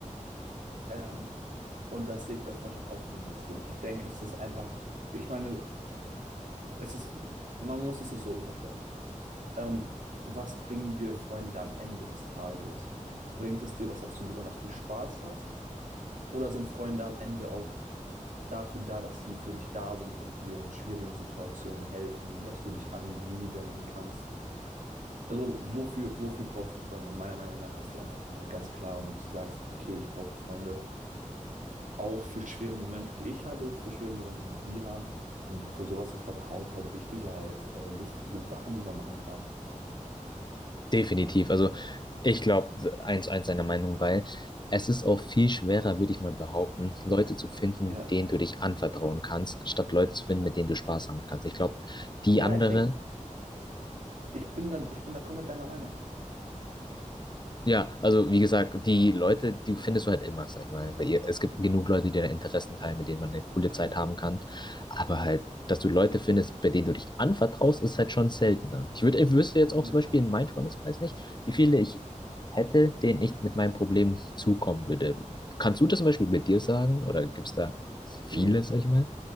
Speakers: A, on the right (about 75°); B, on the left (about 35°).
A: Ähm, und das sehe ich bei Freundschaft auch so ein bisschen. Ich denke, es ist einfach, ich meine, es ist, man muss es sich so vorstellen. Ähm, was bringen dir Freunde am Ende des Tages? Bringt es dir was, dass du besonders viel Spaß hast? Oder sind Freunde am Ende auch dafür da, dass sie für dich da sind und dir in schwierigen Situationen helfen, dass du dich an sie wenden kannst? Also wofür, wofür brauchst du Freunde? Und meiner Meinung nach ist die Antwort dann halt ganz klar und du sagst, okay, ich brauche Freunde auch für schwere Momente, die ich habe, für schwere Momente, die die haben. Und für sowas ist Vertrautheit wichtiger als äh, lustige Sachen, die man machen kann.
B: Definitiv. Also ich glaube 1 eins seiner Meinung, weil es ist auch viel schwerer, würde ich mal behaupten, Leute zu finden,
A: Ja.
B: denen du dich anvertrauen kannst, anstatt Leute zu finden, mit denen du Spaß haben kannst. Ich glaube, die
A: Ja,
B: andere
A: ich denke, ich bin da, ich bin da komplett deiner Meinung.
B: Ja, also wie gesagt, die Leute, die findest du halt immer, sag ich mal. Weil ihr, es gibt genug Leute, die dir Interessen teilen, mit denen man eine coole
A: Klar.
B: Zeit haben kann. Aber halt, dass du Leute findest, bei denen du dich anvertraust, ist halt schon seltener. Ich würde, ich wüsste jetzt
A: Ja.
B: auch zum Beispiel in meinem Freundeskreis nicht, wie viele ich hätte, denen ich mit meinem Problem zukommen würde. Kannst du das zum Beispiel mit dir sagen? Oder gibt es da viele,
A: I-
B: sag ich mal?